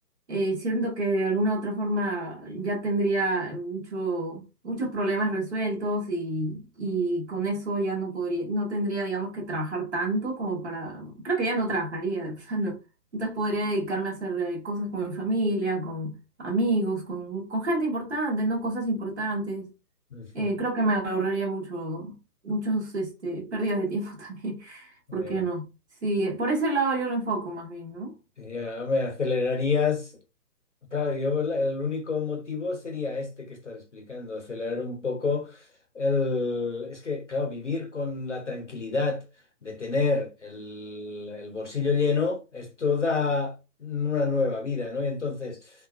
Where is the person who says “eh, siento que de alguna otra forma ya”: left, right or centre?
Right